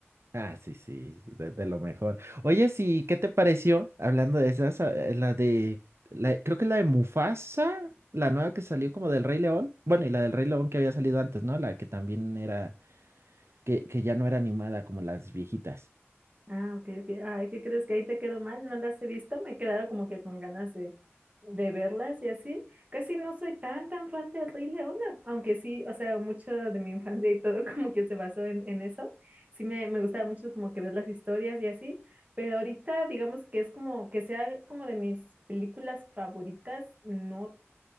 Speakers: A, on the right; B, on the right.
A: Ah, sí, sí, de, de lo mejor. Oye, sí, ¿qué te pareció? Hablando de esas, ah, eh, la de, la, creo que la de Mufasa, la nueva que salió como del Rey León. Bueno, y la del Rey León que había salido antes, ¿no? La que también era, que, que ya no era animada como las viejitas.
B: Ah, ok, ok. Ay, ¿qué crees que ahí te quedó mal? No las he visto, me he quedado como que con ganas de, de verlas y así. Casi no soy tan, tan fan de Rey León, a- aunque sí, o sea, mucho de mi infancia y todo <laughs> como que se basó en, en eso. Sí, me, me gustaba mucho como que ver las historias y así, pero ahorita digamos que es como que sea como de mis películas favoritas, no